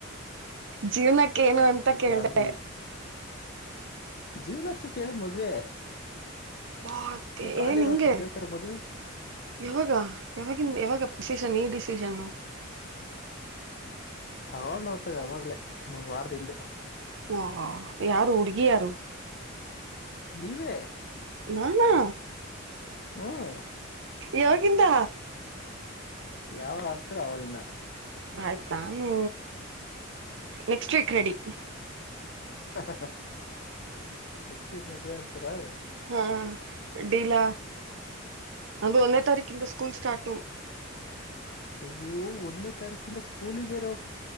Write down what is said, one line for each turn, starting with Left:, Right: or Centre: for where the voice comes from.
Right: ಜೀವನಕ್ಕ ಏನು ಅಂತ
Left: ಇಲ್ಲ
Right: ಕೇಳ್ದೆ.
Left: ಅಂದ್ರೆ ಜೀವನಕ್ಕೆ ಕೇಳಿದ್ ಮದ್ವೆ.
Right: ವಾ ಟೆ
Left: ಖಾಲಿ
Right: ಏನ್
Left: ಇರೋದಕ
Right: ಹಿಂಗೆ
Left: ಕೇಳ್ತಾರ ಮದ್ವೆ
Right: ಯಾವಾಗ ಯಾವಾಗಿಂದ ಯಾವಾಗ ಡಿಸಿಷನ್ ಈ ಡಿಸಿಷನ್ನು.
Left: ತಗೊಂಡ ಆತಾಗೆ ಅವಗ್ಲೇ ಇನ್ನೊಂದು ವಾರದ ಹಿಂದೆ.
Right: ವಾ ಯಾರು ಹುಡ್ಗಿ ಯಾರು.
Left: ನೀವೇ
Right: ನಾನಾ.
Left: ಹ್ಮ್
Right: ಯಾವಾಗಿಂದ.
Left: ಯಾವಾಗ ಆಗ್ತೀರಾ ಅವಾಗಿಂದ.
Right: ಆಯ್ತ ನಾನು ನೆಕ್ಸ್ಟ್ ವೀಕ್ ರೆಡಿ.
Left: ಹ್ ಹ್ ನೆಕ್ಸ್ಟ್ ವೀಕ್ ಮದ್ವೆ ಆಗ್ತೀರಾ.
Right: ಹಾ ಡೀಲಾ ನಂದು ಒನ್ನೆ ತಾರೀಕಿಂದ ಸ್ಕೂಲ್ ಸ್ಟಾರ್ಟು.
Left: ಅಯ್ಯೋ ಒನ್ನೆ ತಾರೀಕಿಂದ ಸ್ಕೂಲಿಗ ಬೇರೆ ಹೊ